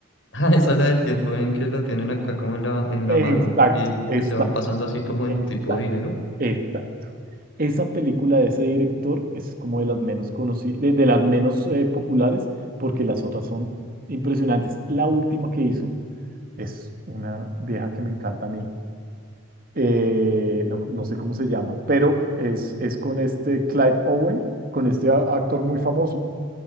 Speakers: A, on the left (about 65°); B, on the right (about 45°).
A: Ah, esa es la del tiempo en que la tienen acá como en la, en
B: Exacto,
A: la mano y
B: exacto.
A: que se van pasando así como
B: Exacto,
A: en tipo dinero.
B: exacto. Esa película de ese director es como de las menos conocidas, de, de las menos eh, populares, porque las otras son impresionantes. La última que hizo es una vieja que me encanta a mí. Eh, no, no sé cómo se llama, pero es, es con este Clive Owen, con este a- actor muy famoso.